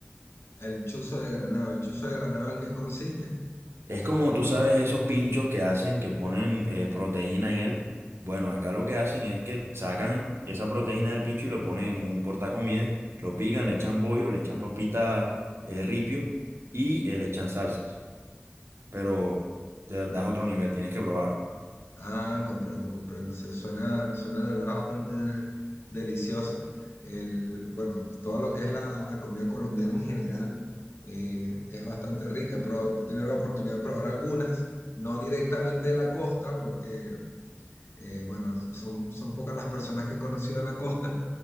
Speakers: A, on the left; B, on the right.
A: El chuzo de granado. ¿El chuzo de granado en qué consiste?
B: Es como tú sabes esos pinchos que hacen, que ponen eh, proteína en él. Bueno, acá lo que hacen es que sacan esa proteína del pincho y lo ponen en un portacomidas, lo pican, le echan bollo, le echan papita eh, ripio y eh, le echan salsas. Pero de verdad es otro nivel, tienes que probarlo.
A: Ah, comprendo, comprendo. Se suena, suena de verdad bastante delicioso. El, bueno, todo lo que es la, la comida colombiana en general eh, es bastante rica. Pero he tenido la oportunidad de probar algunas, no directamente de la costa, porque, eh, bueno, son, son pocas las personas que he conocido de la costa,